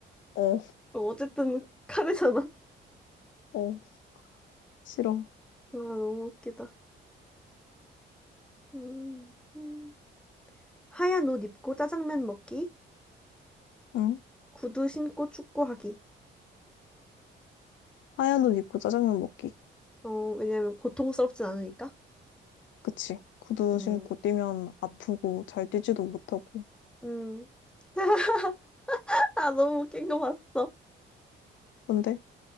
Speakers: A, on the left (about 70°); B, in the centre.
A: 어,
B: 어, 어쨌든 카레잖아. <laughs> 아,
A: 어, 싫어.
B: 너무 웃기다. 음, 음. 하얀 옷 입고 짜장면 먹기,
A: 응?
B: 구두 신고 축구하기.
A: 하얀 옷 입고 짜장면 먹기.
B: 어, 왜냐면 고통스럽진 않으니까.
A: 그치. 구두
B: 음,
A: 신고 뛰면 아프고 잘 뛰지도 못하고.
B: 음. <laughs> 아, 너무 웃긴 거 봤어.
A: 근데?